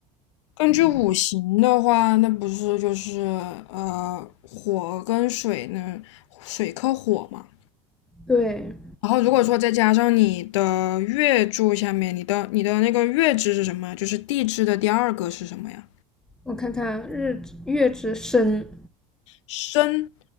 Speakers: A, on the left; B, in the centre.
A: 根据五行的话，那不是就是呃火跟水呢，水克火嘛。
B: 对，
A: 然后如果说再加上你的月柱下面，你的你的那个月支是什么呀？就是地支的第二个是什么呀？
B: 我看看日支月之申，
A: 申。